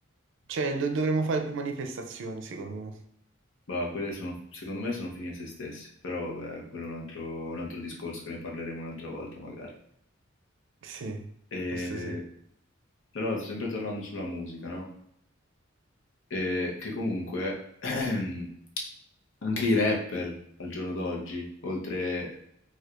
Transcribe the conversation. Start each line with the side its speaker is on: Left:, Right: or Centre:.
Right: Cioè, do- dovremmo fare più manifestazioni, secondo me.
Left: Bah, quelle sono, secondo me sono fini a se stesse, però beh, quello è un altro, un altro discorso che ne parleremo un'altra volta magari.
Right: Sì,
Left: E-
Right: questo sì.
Left: però sempre tornando sulla musica, no? E che comunque <clears throat> Anche i rapper al giorno d'oggi, oltre,